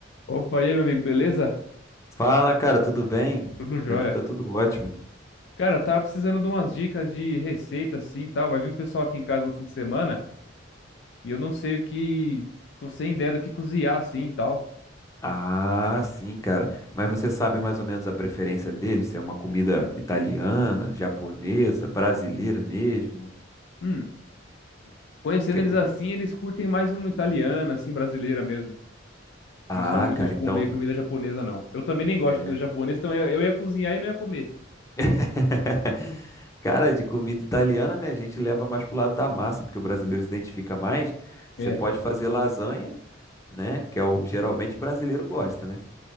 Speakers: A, on the left; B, on the left.
A: Opa, e aí, meu amigo, beleza?
B: Fala, cara, tudo bem?
A: Tudo
B: Por
A: jóia.
B: aqui tá tudo ótimo.
A: Cara, tava precisando de umas dicas de receita assim e tal. Vai vir um pessoal aqui em casa no fim de semana e eu não sei o que. Tô sem ideia do que cozinhar assim e tal.
B: Ah, sim, cara. Mas você sabe mais ou menos a preferência dele? Se é uma comida italiana, japonesa, brasileira mesmo?
A: Hum, conhecendo
B: Quer
A: eles
B: comida?
A: assim, eles curtem mais uma italiana, assim, brasileira mesmo.
B: Ah,
A: Não são muito
B: cara,
A: de comer
B: então.
A: comida japonesa, não. Eu também nem gosto
B: É.
A: de comida japonesa, então eu ia, eu ia cozinhar e não ia comer.
B: <laughs> Cara, de comida italiana, né? A gente leva mais pro lado da massa, porque o brasileiro se identifica mais. Você
A: É.
B: pode fazer lasanha, né? Que é o geralmente brasileiro gosta, né?